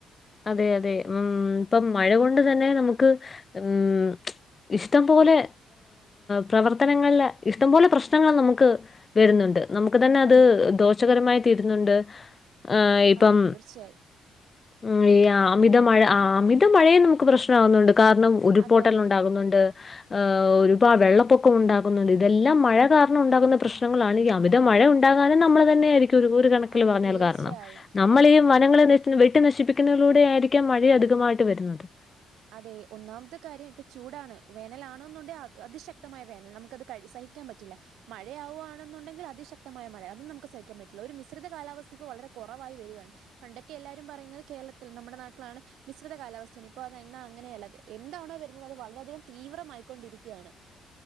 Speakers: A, on the left; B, on the right.
A: അതെ അതെ ഉം ഇപ്പം മഴ കൊണ്ട് തന്നെ നമുക്ക് ഉം ഇഷ്ടംപോലെ പ്രവർത്തനങ്ങളില് ഇഷ്ടംപോലെ പ്രശ്നങ്ങൾ നമുക്ക് വരുന്നുണ്ട്. നമുക്ക് തന്നെ അത്
B: അതെ.
A: ദോഷകരമായി തീരുന്നുണ്ട് ആ ഇപ്പം.
B: അതെ തീർച്ചയായും.
A: ഉം അമിതമഴ അമിത മഴയെ നമുക്ക് പ്രശ്നം ആവുന്നുണ്ട് കാരണം ഉരുൾ
B: അതെ
A: പൊട്ടൽ
B: അതെ.
A: ഉണ്ടാകുന്നുണ്ട്. ഒരുപാട് വെള്ളപ്പൊക്കം ഉണ്ടാകുന്നത് ഇതെല്ലാം മഴ കാരണം ഉണ്ടാകുന്ന പ്രശ്നങ്ങളാണ്. മഴ ഉണ്ടാകാനും നമ്മൾ തന്നെ ആയിരിക്കും ഒരു കണക്കിൽ
B: അതെ
A: പറഞ്ഞാൽ
B: തീർച്ചയായും.
A: കാരണം, നമ്മള്
B: അതെ.
A: ഈ വനങ്ങള്
B: ഇപ്പൊ
A: ന വെട്ടി നശിപ്പിക്കുന്നതിലൂടെ ആയിരിക്കാം മഴ അധികമായിട്ട് വരുന്നത്
B: അതെ ഒന്നാമത്തെ കാര്യം ഇപ്പൊ ചൂടാണ്. വേനലാണോന്നുണ്ടേ അതിശക്തമായ വേനൽ നമുക്കത് സഹിക്കാൻ പറ്റില്ല. മഴയാവുകാണെന്നുണ്ടെങ്കിൽ അതിശക്തമായ മഴ അതും നമുക്ക് സഹിക്കാൻ പറ്റില്ല. ഒരു മിശ്രിത കാലാവസ്ഥ ഇപ്പൊ വളരെ കുറവായി വരികയാണ്. പണ്ടൊക്കെ എല്ലാവരും പറയുന്നത് കേരളത്തിൽ നമ്മുടെ നാട്ടിലാണ് മിശ്രിത കാലാവസ്ഥാണ് ഇപ്പോ എന്നാ അങ്ങനെയല്ല എന്താണോ വരുന്നത് അത് വളരെ അധികം തീവ്രമായിക്കൊണ്ടിരിക്കുകയാണ്.